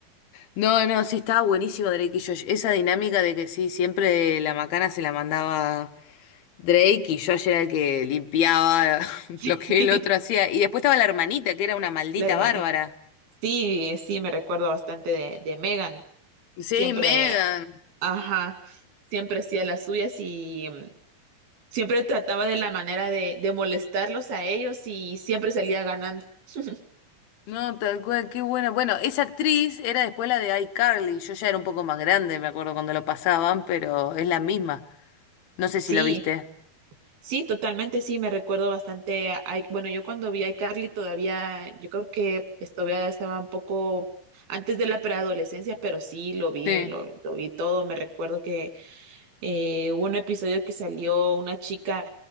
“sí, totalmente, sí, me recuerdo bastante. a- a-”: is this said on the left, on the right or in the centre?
Right